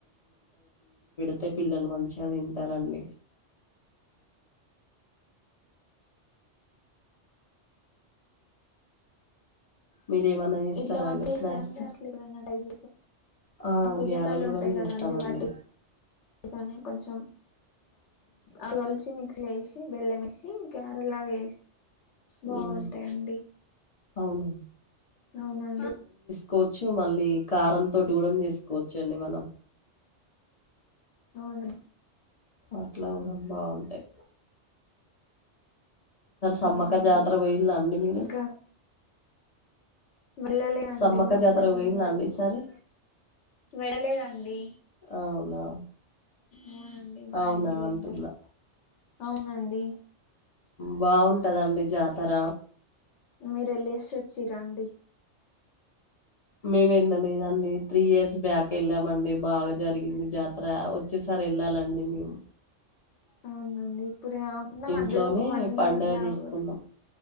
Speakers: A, on the left (about 55°); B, on the left (about 75°).
A: అయితే పిల్లలు మంచిగా తింటారండి. మీరేమన్నా చేస్తరా
B: ఇట్ల <unintelligible>
A: అండి స్నాక్స్? ఆ!
B: మొక్కజొన్నలు
A: గ్యారలు గూడం
B: ఉంటాయి
A: జేస్తామండి.
B: కదండి వాటి తోనే కొంచెం అవలిచి మిక్సలో వేసి బెల్లంవేసి గ్యారెలా వేస్తు
A: హ్మ్.
B: బాగుంటాయండి
A: అవును.
B: అవునండి.
A: కోచ్చు మళ్ళీ కారం తోటి కూడా చేసుకోవచ్చు అండి మనం
B: అవును.
A: అట్లా కూడా బాగుంటాయి. సమ్మక్క
B: అవునండి
A: జాతర బోయిల్లా అండి మీరు?
B: ఇంకా వెళ్ళలేదండి
A: సమ్మక్క
B: మాయనేల్లిండు
A: జాతరకు బోయిల్లా అండి ఈసారి?
B: వెళ్ళలేదండి
A: అవునా!
B: అవునండి మాయనేల్లిండు
A: అవునా అంటున్నా.
B: అవునండి.
A: బాగుంటదండి జాతర
B: మీరేల్లెసి వచ్చిర్రండి.
A: మేము వెళ్ళలేదండి త్రీ ఇయర్స్ బ్యాక్ వెళ్ళామండి బాగా జరిగింది జాతర వచ్చేసారి వెళ్ళాలండి మేము
B: అవునా అండి ఇప్పుడు కాకుండా
A: ఇంట్లోనే
B: మధ్యలో ఒక వన్
A: పండగ
B: ఇయర్ గ్యాప్
A: జేసుకున్నాం.
B: వస్ట్